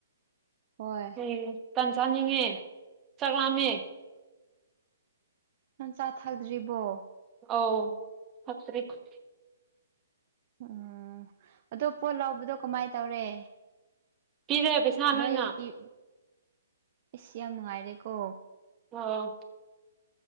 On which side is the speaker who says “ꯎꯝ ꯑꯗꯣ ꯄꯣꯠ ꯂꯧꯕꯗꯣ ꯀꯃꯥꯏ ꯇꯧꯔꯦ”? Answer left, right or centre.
Right